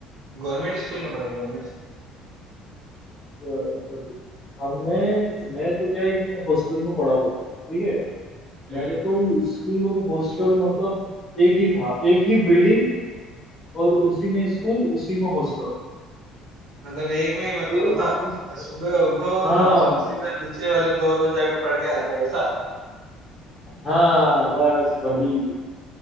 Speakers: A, on the right; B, on the left.
A: गवर्नमेंट स्कूल में पढ़ा हूँ गवर्नमेंट स्कूल
B: अ, sorry। अब मैं मैं तो क्या है कि मैं हॉस्टल में पढ़ा हुआ हूँ ठीक है
A: हम्म
B: मेरे तो स्कूल और हॉस्टल मतलब एक ही था एक ही बिल्डिंग और उसी में स्कूल उसी में हॉस्टल
A: मतलब एक में ही मतलब
B: तो
A: हाँ,
B: उस
A: सुबह उठो
B: हाँ
A: नाओ सीधा नीचे वाले फ्लोर में जाके पढ़ के आ जाओ ऐसा
B: हाँ बस वही